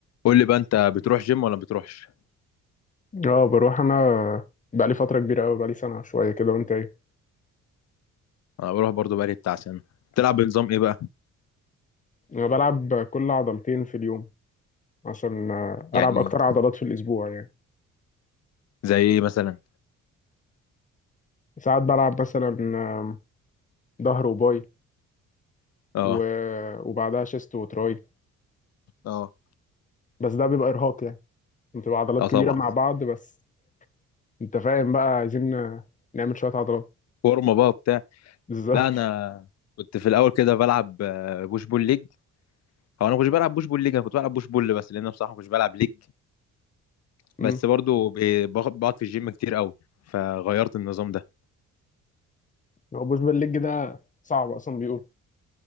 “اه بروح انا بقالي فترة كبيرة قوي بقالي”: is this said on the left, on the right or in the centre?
Left